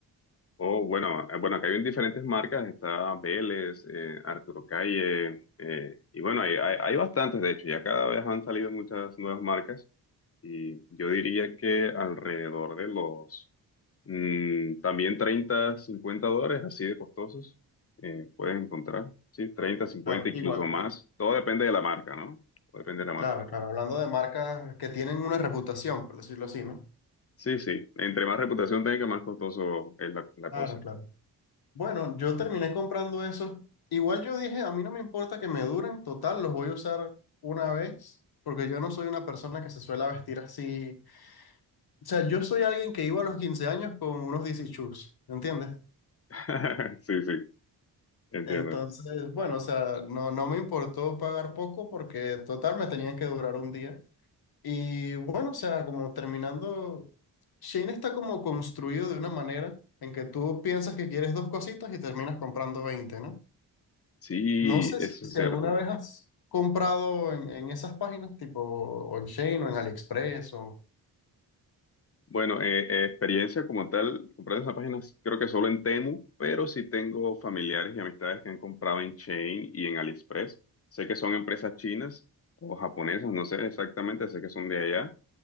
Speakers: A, on the left (about 35°); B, on the left (about 65°).
A: Oh, bueno, eh, bueno, acá hay diferentes marcas, está Vélez, eh, Arturo Calle, eh, y bueno, hay, hay, hay bastantes, de hecho, ya cada vez han salido muchas nuevas marcas, y yo diría que alrededor de los mm, también 30, 50 dólares, así de costosos, eh, puedes encontrar, sí, treinta, cincuenta,
B: Claro,
A: incluso
B: igual.
A: más, todo depende de la marca, ¿no? Todo depende de la marca.
B: Claro, claro, hablando de marcas que tienen una reputación, por decirlo así, ¿no?
A: Sí, sí. Entre más reputación tenga, más costoso es la, la
B: Claro,
A: cosa.
B: claro. Bueno, yo terminé comprando esos. Igual yo dije, a mí no me importa que me duren, total, los voy a usar una vez, porque yo no soy una persona que se suele vestir así. O sea, yo soy alguien que iba a los 15 años con unos DC shoes, ¿me ¿entiendes?
A: <laughs> Sí, sí, entiendo.
B: Entonces, bueno, o sea, no, no me importó pagar poco porque total me tenían que durar un día. Y bueno, o sea, como terminando, Shane está como construido de una manera en que tú piensas que quieres dos cositas y terminas comprando veinte ¿no?
A: Sí,
B: No sé
A: eso
B: si
A: es
B: si
A: cierto.
B: alguna vez has comprado en, en esas páginas, tipo o en Shane o en AliExpress o...
A: Bueno, eh, eh, experiencia como tal, comprar esas páginas creo que solo en Temu, pero sí tengo familiares y amistades que han comprado en Chain y en AliExpress. Sé que son empresas chinas o japonesas, no sé exactamente, sé que son de allá.